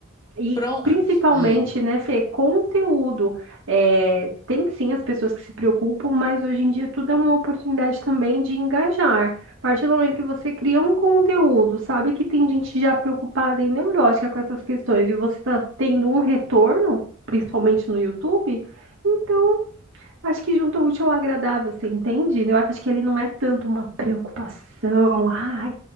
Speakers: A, on the right; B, on the left.
A: E
B: Pra um-
A: principalmente,
B: Hum.
A: né, Fê, conteúdo. É, tem sim as pessoas que se preocupam, mas hoje em dia tudo é uma oportunidade também de engajar. A partir do momento que você cria um conteúdo, sabe que tem gente já preocupada e neurótica com essas questões, e você está tendo um retorno, principalmente no YouTube, então Acho que junto ao útil ao agradável, você entende? Eu acho que ele não é tanto uma preocupação. Ai,